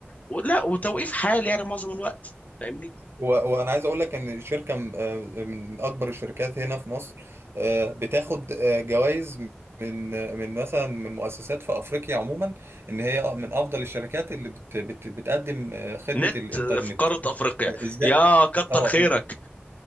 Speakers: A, on the left; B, on the right.
A: ولا وتوقيف
B: و-
A: حال يعني معظم الوقت فاهمني
B: وانا عايز اقول لك ان شركه م- آه، من اكبر الشركات هنا في مصر آه، بتاخد آه، جوائز من من مثلا من مؤسسات في افريقيا عموما ان هي من افضل الشركات اللي بت بت بتقدم آه، خدمه
A: نت
B: الانترنت
A: في قارة افريقيا
B: آه، ازاي
A: يا كتر
B: اه
A: خيرك